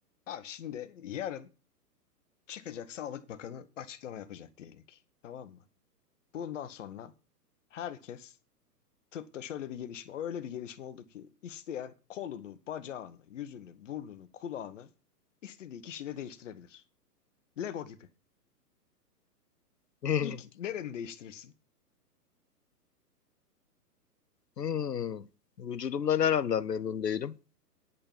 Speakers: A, on the left; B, on the left.
A: Abi şimdi yarın çıkacak Sağlık Bakanı açıklama yapacak diyelim ki. Tamam mı? Bundan sonra herkes tıpta şöyle bir gelişme, öyle bir gelişme oldu ki isteyen kolunu, bacağını, yüzünü, burnunu, kulağını istediği kişiyle değiştirebilir. Lego gibi.
B: <laughs>
A: İlk nereni değiştirirsin?
B: Hmm. Vücudumdan neremden memnun değilim.